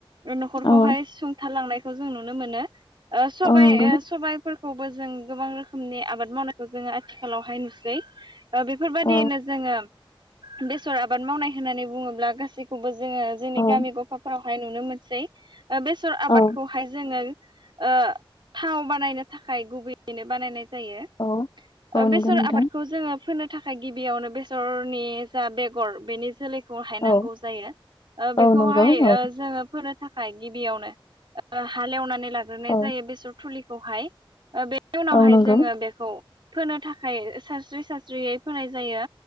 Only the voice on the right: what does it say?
ओ न'खरखौहाय
सुंथालांनायखौ जों नुनो मोनो ओ सबाय
सबायफोर खौबो जों गोबां रोखोमनि आबाद मावनायखौ जोङो आथिखालावहाय नुसै ओ बेफोरबायदियैनो
जोङो बेसर आबाद मावनाय होननानै बुङोब्ला गासैखौबो जोङो जोंनि
गामि ग'फाफोरावहाय नुनो मोनसै बेसर आबादखौहाय
जोङो ओ थाव बानायनो थाखाय गुबैयैनो बानायनाय जायो ओ
बेसर
आबादखौ जोङो फोनो थाखाय गिबियावनो बेसरनि जा बेगर बेनि जोलै खौहाय नांगौ
जायो ओ बेखौहाय
ओ जोङो फोनो थाखाय गिबियावनो हालेवनानै लाग्रोनाय
जायो बेसर थुलिखौहाय बे उनावहाय
जोङो बेखौ फोनो थाखाय सारस्रि-सारस्रियै फोनाय जायो